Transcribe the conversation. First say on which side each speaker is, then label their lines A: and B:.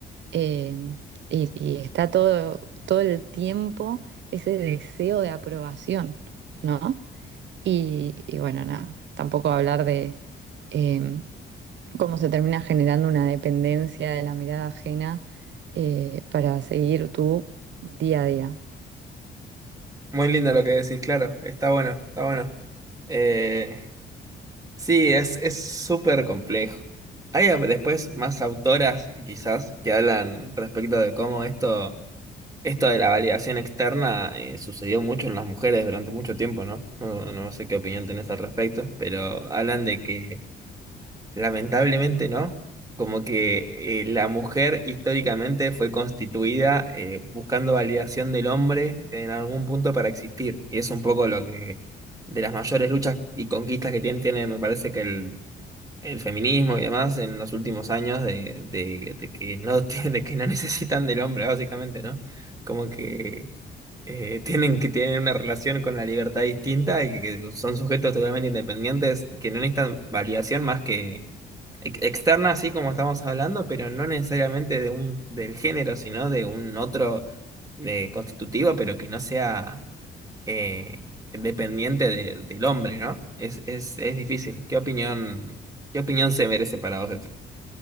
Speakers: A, on the right; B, on the right.
A: eh, y, y está todo, todo el tiempo ese deseo de aprobación, ¿no? Y, y bueno, nada, tampoco hablar de... em, cómo se termina generando una dependencia de la mirada ajena eh, para seguir tu día a día.
B: Muy lindo lo que decís, claro, está bueno, está bueno. Eh, sí, es, es súper complejo. Hay a- después más autoras, quizás, que hablan respecto de cómo esto, esto de la validación externa eh, sucedió mucho en las mujeres durante mucho tiempo, ¿no? No, no sé qué opinión tenés al respecto, pero hablan de que Lamentablemente no. Como que eh, la mujer históricamente fue constituida eh, buscando validación del hombre en algún punto para existir. Y es un poco lo que de las mayores luchas y conquistas que tiene, tiene, me parece que el, el feminismo y demás en los últimos años de, de- de que no, <laughs> tiene- de que no necesitan del hombre, básicamente, ¿no? Como que eh, tienen que tienen una relación con la libertad distinta y que, que son sujetos totalmente independientes y que no necesitan validación más que ex- externa, así como estamos hablando, pero no necesariamente de un, del género, sino de un otro eh, constitutivo, pero que no sea eh, dependiente de- del hombre, ¿no? Es, es, es difícil. ¿Qué opinión, qué opinión se merece para vos esto?